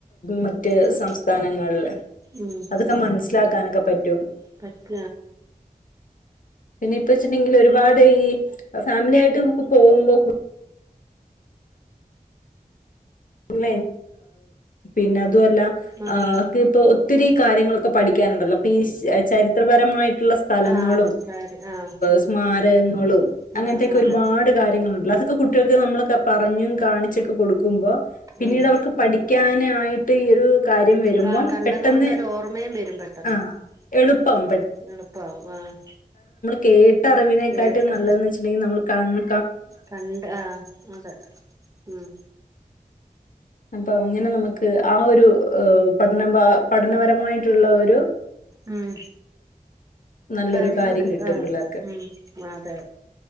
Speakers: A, on the left (about 65°); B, on the right (about 20°).
A: മറ്റ്
B: ഉം
A: സംസ്ഥാനങ്ങളില്
B: ഉം
A: അതൊക്കെ മനസ്സിലാക്കാനൊക്കെ പറ്റും
B: പറ്റ
A: പിന്നെ ഇപ്പ വെച്ചിട്ടുണ്ടെങ്കിൽ ഒരുപാട് ഈ ഫാമിലി ആയിട്ട് പോകുമ്പോ കു <unintelligible> പിന്നെ <unintelligible> അതു അല്ല
B: ആഹ്
A: അവർക്ക് ഇപ്പ ഒത്തിരി കാര്യങ്ങളൊക്കെ പഠിക്കാനുണ്ടല്ലോ ഇപ്പീ ചരിത്രപരമായിട്ട് ള്ള സ്ഥലങ്ങളും
B: ആഹ് കാര്യം ആഹ്
A: സ്മാരകങ്ങളും
B: ആഹ്
A: അങ്ങനത്തെക്കെ
B: ആഹ്
A: ഒരുപാട്
B: അതെ
A: കാര്യങ്ങളുണ്ടല്ലോ അതൊക്കെ കുട്ടികൾക്ക് നമ്മളൊക്കെ പറഞ്ഞും കാണിച്ചൊക്കെ കൊടുക്കുമ്പൊ പിന്നീട്
B: ഉം
A: അവർക്ക് പഠിക്കാന് ആയിട്ട് ഈ ഒരു കാര്യം വരുമ്പം
B: ഇ ആ കണ്ടത്
A: പെട്ടെന്ന്
B: കൊണ്ട് ഒരു ഓർമ്മയും വരും പെട്ടെന്ന്
A: ആഹ് എളുപ്പാവും
B: ഉം എളുപ്പാവും ആഹ്
A: കേ ട്ടറിവിനേക്കാട്ടിം
B: കേട്ട്
A: നല്ലത് ന്ന് വെച്ചിണ്ടെങ്കിൽ നമ്മള് കണ്ണ്
B: കണ്ട് ആ അതെ ഉം
A: അപ്പ അങ്ങനെ നമുക്ക് ആ ഒരു എ പഠന ബാ പഠനപരമായിട്ടുള്ള ഒരു
B: ഉം
A: നല്ലൊരു
B: കാര്യങ്ങൾക്ക്
A: കാര്യം കിട്ടും
B: ആ
A: പിള്ളേർക്ക്
B: ഉം അതെ